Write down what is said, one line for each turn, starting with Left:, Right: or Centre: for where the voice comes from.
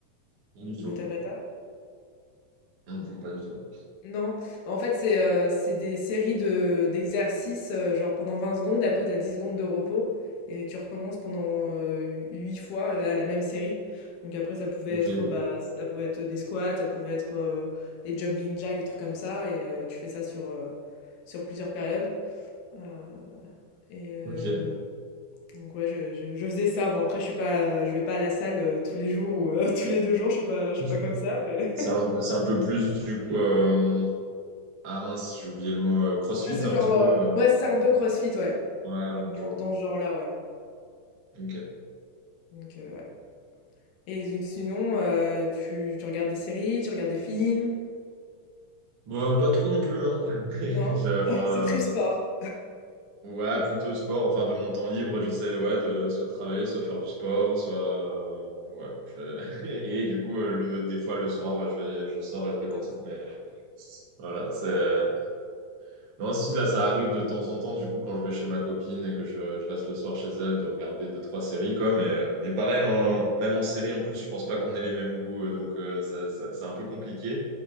Right: pas du tout.
Left: le Tabata?
Right: Hmm, pas du tout.
Left: Non, Bah, en fait, c'est euh, c'est des séries de d'exercices, euh, genre pendant 20 secondes, et après, tu as 10 secondes de repos, et tu recommences pendant euh, 8 fois la, la même série. Donc après, ça pouvait
Right: Ok,
Left: être, bah, ça pouvait être des squats, ça pouvait être euh, des jumping jacks, des trucs comme ça, et euh, tu fais ça sur, euh, sur plusieurs périodes. Euh, et euh,
Right: ok.
Left: donc ouais, je, je, je faisais ça. Bon, après, je suis pas, euh, je vais pas à la salle euh, tous les jours ou euh, <laughs> tous les deux jours, je suis pas, je suis
Right: <laughs>
Left: pas comme ça, mais...
Right: C'est un, c'est un peu plus du coup. euh, Ah mince, j'ai oublié le mot euh, CrossFit
Left: Ah, c'est
Right: un
Left: genre,
Right: petit peu.
Left: euh,
Right: euh,
Left: ouais, c'est un peu CrossFit, ouais.
Right: Ouais,
Left: Dans,
Right: je vois.
Left: dans ce genre-là, ouais.
Right: Ok.
Left: Donc, euh, ouais. Et donc, sinon, euh, tu, tu regardes des séries, tu regardes des films?
Right: Bon, euh, pas trop non plus, hein. <laughs>
Left: Non?
Right: Je- Enfin,
Left: <laughs> C'est
Right: euh,
Left: très sport,
Right: ouais, plutôt sport. Enfin, de mon temps libre, j'essaie ouais, de soit travailler, soit faire du sport, soit. euh, Ouais. je- <laughs> Et du coup, euh, le... des fois le soir, je vais... je sors et je
Left: les
Right: vais danser.
Left: danses.
Right: Mais voilà, c'est. Non, si, là, ça arrive de temps en temps, du coup, quand je vais chez ma copine et que je, je reste le soir chez elle, de regarder deux, trois séries, quoi. Mais, euh, mais pareil, en- même en série, en plus, je pense pas qu'on ait les mêmes goûts, euh, donc euh, ça, ça- c'est un peu compliqué.